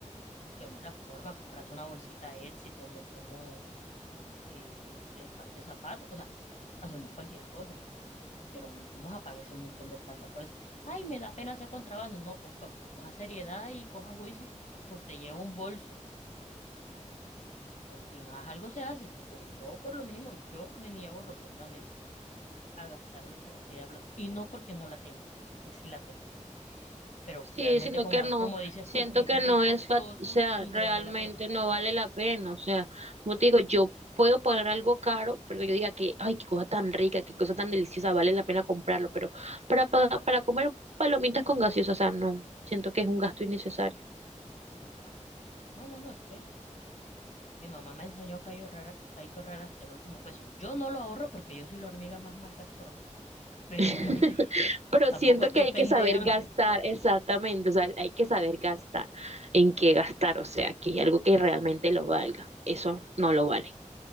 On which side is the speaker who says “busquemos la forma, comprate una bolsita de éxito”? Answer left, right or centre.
Left